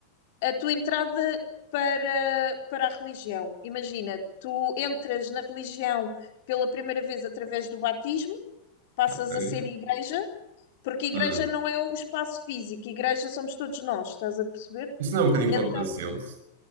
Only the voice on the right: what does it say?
Ok.
Hum.
Isso não é um bocadinho
contrassenso?